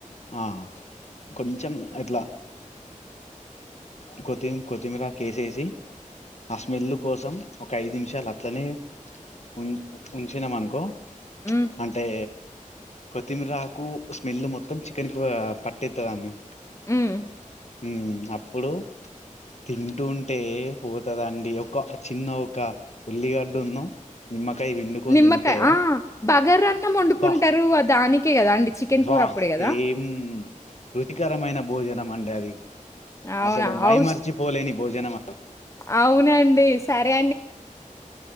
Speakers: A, on the left; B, on the left.
A: ఆ కొంచెం ఇట్లా కొత్తి కొత్తిమీర కే వేసేసి ఆ స్మెల్ కోసం ఒక ఐదు నిమిషాలు అట్లనే ఉం ఉంచినాం అనుకో
B: హ్మ్.
A: అంటే కొత్తిమీరకు స్మెల్ మొత్తం చికెన్ కి పట్టేతు దాన్ని
B: హమ్
A: హమ్ ఇప్పుడు తింటుంటే పోతుందండి ఒక చిన్న ఒక ఉల్లిగడ్డు ఉన్నా నిమ్మ వండుకొని
B: నిమ్మకాయ
A: తింటే
B: ఆ! బగారన్నం వండుకుంటారు.
A: బ్
B: దానికే గదా అండి చికెన్
A: వాహ్
B: కూర అప్పుడే గదా!
A: ఏం రుచికరమైన భోజన మండవి
B: అవునా!
A: అసలు మై
B: ఔష్
A: మరచిపోలేని భోజనం
B: అవునండి సరే